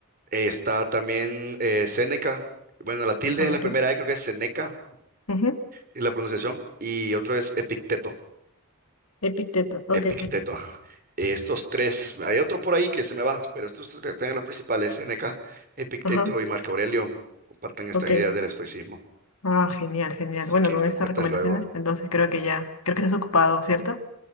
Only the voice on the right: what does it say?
Está también eh, Séneca. Bueno, la tilde
es la
primera E, creo que es Seneca.
y la pronunciación, y otro es Epicteto,
Epicteto. ajá. Eh, Estos tres, hay otro por ahí que se me va, pero estos tres están en las principales, N K Epicteto
y Marco Aurelio, comparten estas
ideas del estoicismo.
Así
que
me
cuentas
luego.